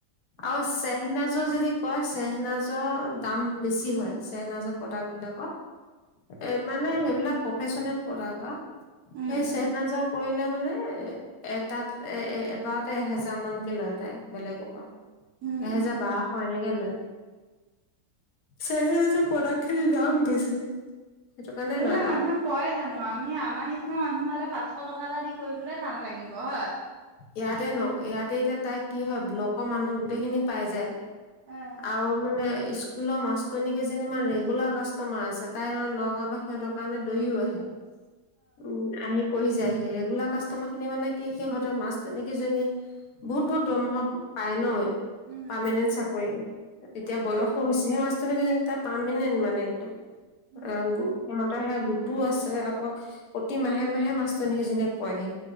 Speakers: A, on the right; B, on the left.
A: উম।
B: আৰু চেহনাজৰ যদি কয় চেহেনাজৰ দাম বেছি হয় চেহেনজৰ প্ৰডাক্ট বিলাকৰ। এ মানে সেইবিলাক প্ৰফেচনেল প্ৰডাক্ট অ'
A: উম,
B: সেই
A: উম,
B: চেহেনা জোৱা কৰিলে মানে হেই এটাত এ এবাৰতে এহেজাৰ মানকে লয় তাই বেলেগৰ পৰা
A: উম,
B: এহেজাৰ
A: উম।
B: বাৰশ এনেকে লয়। চেহৰাজৰ প্ৰডাক্ট খিনিৰ দাম বেছি। সেইটো কাৰণে
A: সেইবিলাক
B: লয় আৰু
A: মানুহে কয় জানো আমি আমাৰ নিচিনা মানুহ মোৰ হলে পাঁচশ টকা এটা দি কৰিবলৈ টান লাগিব হয়।
B: ইয়াতে ন ইয়াতে এতিয়া তাই কি হয় ব্লকৰ মানুহ গোটেইখিনি পাই যায়।
A: অ',
B: আৰু মানে স্কুলৰ মাষ্টৰনী কেইজনীমান ৰেগুলাৰ কাষ্টমাৰ আছে, তাইৰ নগাঁও পৰা সিহঁতৰ কাৰণে দৌৰিও আহে। উম, আহি কৰি যায় হি ৰেগুলাৰ কাষ্টমাৰ খিনি মানে কি সিহঁতৰ মাছ তেনেকে যোনী বহুত বহুত দৰমহা পায় ন।
A: উম,
B: পাৰ্মানেন্ট চাকৰি, এতিয়া
A: উম,
B: বয়সো হৈছে সেই মাষ্টাৰনী তাৰ পাৰ্মানেণ্ট মানে একদম।
A: উম,
B: অ'
A: উম,
B: গু সিহঁতৰহে গু টো আছে আকৌ প্ৰতি মাহে মাহে মাষ্টৰনী সেইজনীয়ে কয়হি